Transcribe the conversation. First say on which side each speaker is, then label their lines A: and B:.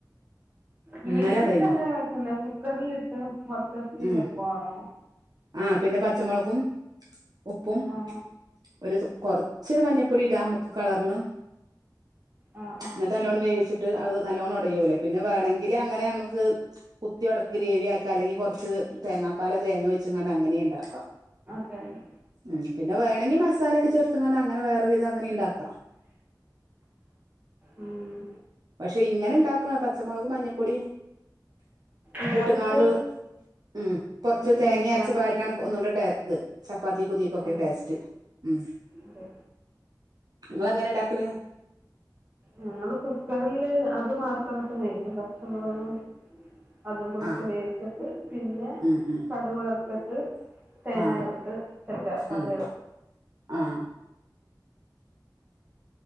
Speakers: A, on the right; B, on the right.
A: ഗ്രീൻപീസ്
B: ഇന്നലെ അതായിരുന്നു
A: എങ്ങനാ വെക്കുന്നെ കുക്കറിലിട്ട് മൊത്തത്തി
B: ഉം
A: വെക്കുവാണോ
B: ആ പിന്നെ പച്ചമുളകും ഉപ്പും
A: ആ
B: ഒരു കുറച്ചൊരു ഒരു മഞ്ഞപ്പൊടി ഇടാമ് കളറിന്
A: ആ ആ
B: എന്നിട്ട് നല്ലോണം വേവിച്ചിട്ട് അത് നല്ലോണ്ണം ഉടയൂലേ പിന്നെ വേണെങ്കില് ആ അങ്ങനെ ഞമ്മക്ക് കുത്തി അടക്കി ഗ്രേവി ആക്കി കലങ്ങി കുറച്ച് തേങ്ങാപ്പാല് തേങ്ങയൊ പച്ചങ്ങ അങ്ങനെ ഉണ്ടാക്കാം
A: തെതെ
B: ഉം പിന്നെ വേണെങ്കി മസാലൊക്കെ ചേർത്ത കൊണ്ട് അങ്ങനെ വേറെ വിധം അങ്ങനെ ഉണ്ടാക്കാം
A: ഉം
B: പക്ഷെ ഇങ്ങനെ ഇണ്ടാക്കണ പച്ചമുളക് മഞ്ഞപ്പൊടിയ
A: ഇയാളിട്ട്
B: ഇട്ടങ്ങാട് ഉം കൊറച്ച്
A: വിസിലടിക്കാണ്
B: തേങ്ങ അരച്ച ഭാര്ാണ് ഒന്നുകൊണ്ടിട്ടത് ചപ്പാത്തി പുതിയക്കൊക്കെ
A: അതെ
B: ടേസ്റ്റ് ഉം
A: അതെ
B: നിങ്ങ അങ്ങനെ ഉണ്ടാക്കല്
A: ഞങ്ങള്ൾ കുക്കറിില് അത് മാത്രമായിട്ട് മേിക്കും പക്ഷ പച്ചമുളകും അതും കൂടി
B: ആഹ്
A: ഇട്ട് വേവിച്ചിട്ട് പിന്നെ
B: ഉം ഉം
A: കടുവ വേർത്തിട്ട് തേങ്ങേർത്ത്
B: ആഹ്
A: തെറ്റാ പക
B: ഉം ആഹ്